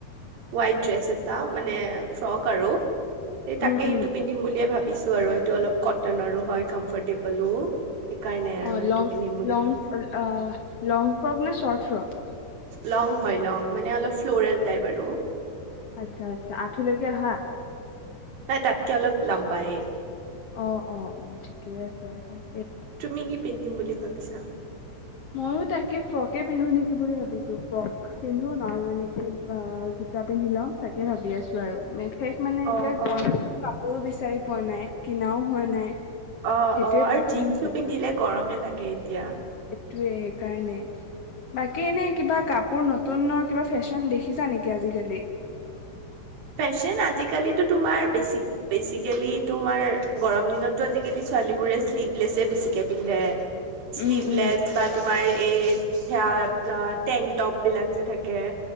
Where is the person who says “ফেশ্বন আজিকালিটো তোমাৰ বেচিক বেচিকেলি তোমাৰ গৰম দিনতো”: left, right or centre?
Right